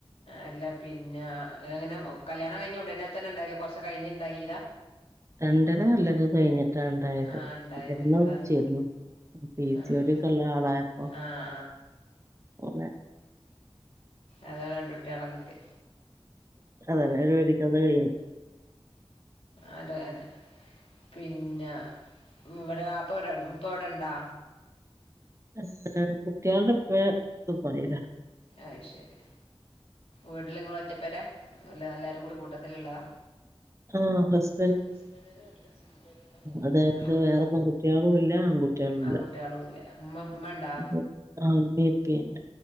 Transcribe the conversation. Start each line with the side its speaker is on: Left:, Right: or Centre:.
Left: അല്ല പിന്നെ അ അങ്ങനെ കല്യാണം കഴിഞ്ഞൊടനെ തന്നെ ഉണ്ടായില്ല കൊറച്ച് കഴിഞ്ഞ് ഇണ്ടായിയതാ.
Right: രണ്ടര കൊല്ലംക്കെ കഴിഞ്ഞിട്ടാ ഒണ്ടായത്
Left: ആഹ് ഇണ്ടായത്
Right: മരുന്ന്
Left: അതാ
Right: കുടിച്ചൊരുന്നു. പി
Left: ആഹ്
Right: സി ഒ ടി യൊക്കൊള്ള ആളായപ്പൊ
Left: ആഹ്
Right: അങ്ങനെ
Left: അതോ രണ്ടു കുട്യോളെ കിട്ടി.
Right: അതാനെ ഒരു വെടിക്ക് അതാട് കഴിഞ്ഞ്.
Left: അതെ അതെ പിന്നെ ഉം ഇവരെ വാപ്പ ഇവരം ഇപ്പ ഇവിടൊണ്ടാ
Right: ഇല കുട്ടികളെ ഇപ്പ ദുബായില.
Left: അയ്ശെരി വീട്ടില് ഇങ്ങള് ഒറ്റ പ്പെരാ അല്ല എല്ലാരും കൂടി കൂട്ടത്തിലുള്ളതാ.
Right: ആഹ് ബെസ്സ്
Left: ഹസ്ബൻഡിന്റെ വീട്ടിലെ ഹസ്ബൻഡ് ഒറ്റമോനാണ്
Right: അതായത് വേറെ പെൺകുട്ടികളും ഇല്ല ആൺകുട്ടികളും ഇല്ല.
Left: ആൺകുട്ടികളുല്ലാ മ്മ മ്മണ്ടാ
Right: അപ്പൊ ആഹ് ഇമ്മീം ഇപ്പീണ്ട്.